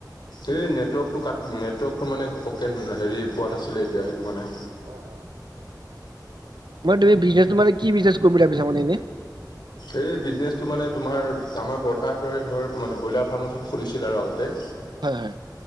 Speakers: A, on the left (about 85°); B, on the right (about 80°).
A: এই নেটৱৰ্কটো কাট নেটৱৰ্কটো মানে ঘপককে হেৰি পোৱা নাছিলে এতিয়া সেইটো কাৰণে।
B: অ অ, মই তুমি বিজনেচটো মানে কি বিজনেচ কৰিম বুলি ভাবিছা মানে এনেই?
A: এই বিজনেচটো মানে তোমাৰ আমাৰ বৰ্তাহঁতৰে ধৰ মানে ব্ৰইলাৰ ফাৰ্ম এখন খুলিছিল আৰু আগতে।
B: হয় হয়।